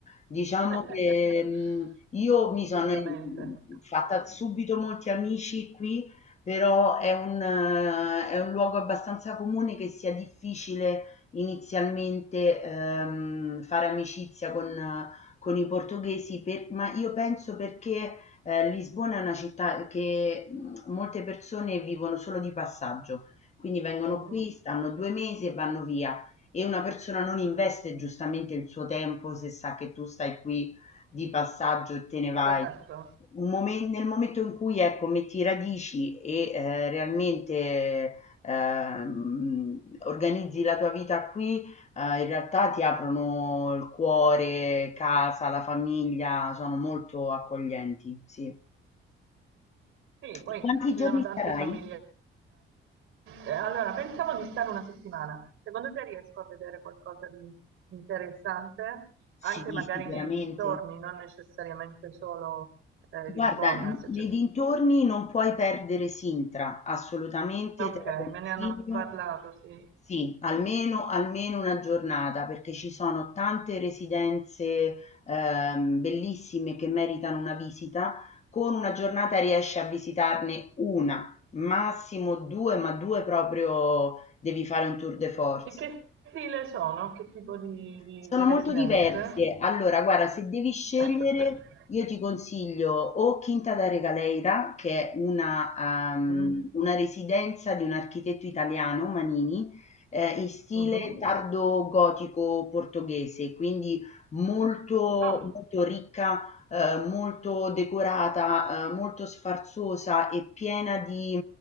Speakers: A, on the left (about 30°); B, on the right (about 75°).
A: Diciamo
B: <laughs>
A: che mh, io mi
B: Giustamente.
A: sono mh,
B: <laughs>
A: fatta subito molti amici qui, però è un, eh, è un luogo abbastanza comune che sia difficile inizialmente ehm, fare amicizia con, eh, con i portoghesi, per- ma io penso perché eh, Lisbona è una città che mh, molte persone vivono solo di passaggio quindi vengono
B: Mhm,
A: qui, stanno due mesi e vanno via. E una persona non investe giustamente il suo tempo se sa che tu stai qui di passaggio e te ne vai.
B: Certo.
A: Un momen- nel momento in cui ecco, metti radici e eh, realmente ehm, organizzi la tua vita qui, eh, in realtà ti aprono il cuore, casa, la famiglia, sono molto accoglienti, sì.
B: Sì, poi
A: E Quanti
B: ci
A: giorni
B: sono tante
A: sarai?
B: somiglianze. Eh, allora, pensavo di stare una settimana. Secondo te riesco a vedere qualcosa di interessante?
A: Sì,
B: Anche magari
A: sicuramente.
B: nei dintorni, non necessariamente solo eh,
A: Guarda,
B: Lisbona.
A: n
B: se
A: nei
B: c'è-
A: dintorni non puoi perdere Sintra, assolutamente
B: Ok,
A: te la consiglio.
B: me ne hanno parlato, sì.
A: Sì, almeno almeno 1 giornata, perché ci sono tante residenze, ehm, bellissime che meritano una visita. Con 1 giornata riesci a visitarne 1, massimo 2, ma 2 proprio devi fare un tour de force.
B: Di che stile sono? Che tipo di, di,
A: Sono
B: di residenze?
A: molto diverse. Allora, guarda, se devi scegliere,
B: <coughs>
A: io ti consiglio o Quinta da Regaleira, che è una, ehm,
B: Mm,
A: una residenza di un architetto italiano, Manini, eh, in stile
B: mhm.
A: tardo gotico portoghese, quindi molto,
B: Ah,
A: molto ricca, eh, molto decorata, eh, molto sfarzosa e piena di